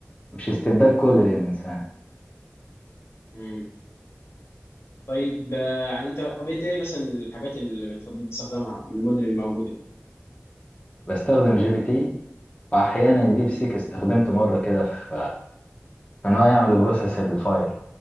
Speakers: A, on the left; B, on the left.
A: مش استبدال كلي للانسان
B: امم طيب آه، يعني انت طب انت ايه مثلا الحاجات اللي بتفضل تستخدمها من الموديل الموجوده
A: بستخدم جي بي تي واحيانا
B: امم
A: ديب سيك استخدمته مره كده في فان هو يعمل بروسيس للفايل